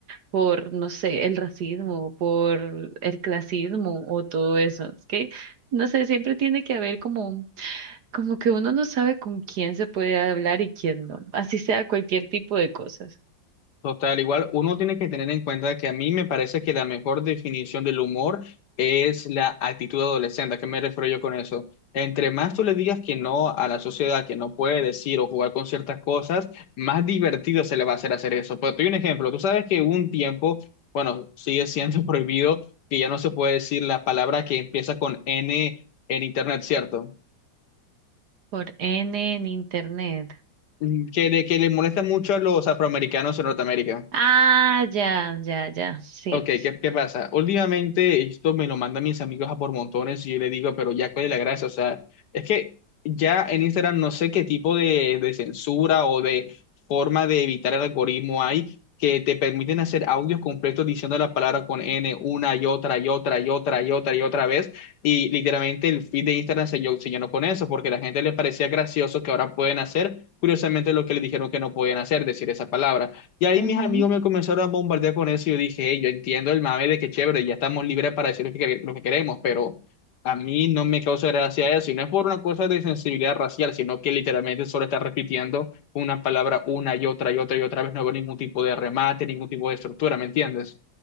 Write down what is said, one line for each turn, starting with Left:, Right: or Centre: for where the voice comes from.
Right: por, no sé, el racismo, por el clasismo o todo eso. Es que, no sé, siempre tiene que haber como, como que uno no sabe con quién se puede hablar y quién no. Así sea cualquier tipo de cosas.
Left: Total, igual uno tiene que tener en cuenta que a mí me parece que la mejor definición del humor es la actitud adolescente. ¿A qué me refiero yo con eso? Entre más tú le digas que no a la sociedad, que no puede decir o jugar con ciertas cosas, más divertido se le va a hacer hacer eso. Pero te doy un ejemplo. Tú sabes que hubo un tiempo, bueno, sigue siendo <laughs> prohibido que ya no se puede decir la palabra que empieza con N en Internet, ¿cierto?
Right: Por N en internet.
Left: Mm, Que le, que le molesta mucho a los afroamericanos en Norteamérica.
Right: Ah, ya, ya, ya, sí.
Left: Ok, ¿qué, qué pasa? Últimamente esto me lo mandan mis amigos a por montones y yo le digo, pero ya cuál es la gracia, o sea, es que ya en Instagram no sé qué tipo de, de censura o de forma de evitar el algoritmo hay que te permiten hacer audios completos diciendo la palabra con N una y otra y otra y otra y otra y otra vez y literalmente el feed de Instagram se, llo- se llenó con eso porque a la gente le parecía gracioso que ahora pueden hacer curiosamente lo que le dijeron que no podían hacer, decir esa palabra. Y ahí
Right: Ujú.
Left: mis amigos me comenzaron a bombardear con eso y yo dije, "Hey, yo entiendo el mame de que chévere, ya estamos libres para decir lo que, quere- lo que queremos, pero a mí no me causa gracia eso. Y no es por una cosa de sensibilidad racial, sino que literalmente solo está repitiendo una palabra una y otra y otra y otra vez. No veo ningún tipo de remate, ningún tipo de estructura, ¿me entiendes?